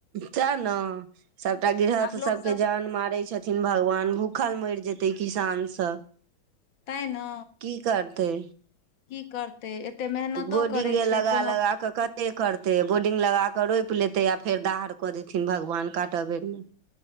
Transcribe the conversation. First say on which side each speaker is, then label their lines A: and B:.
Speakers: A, on the right; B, on the left.
A: चेह न सभटा गृहस्थ
B: आब
A: सबके
B: लोक सब
A: जान मारै छथि न भगवान भूखल मैर जेतै किसान सब
B: तैह ने
A: की करतै
B: की करतै एते मेहनतो
A: बोर्डिंगे
B: करै
A: लगा
B: छै कोनो
A: लगा कऽ कते करतै बोर्डिंग लगा कऽ रोइप लेतै आ फेर दाहड़ कऽ देथिन भगवान काटऽ बेरमे